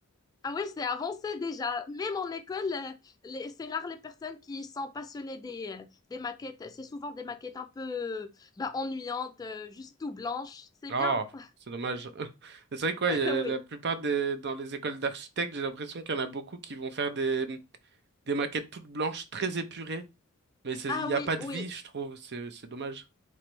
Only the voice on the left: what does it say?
ah ouais, c'est avancé déjà. Même en école, euh, les- c'est rare les personnes qui sont passionnées des, euh, des maquettes. C'est souvent des maquettes un peu euh, bah, ennuyantes, euh, juste tout blanches. C'est
bien. <laughs>
Oui.
Ah
oui,
oui.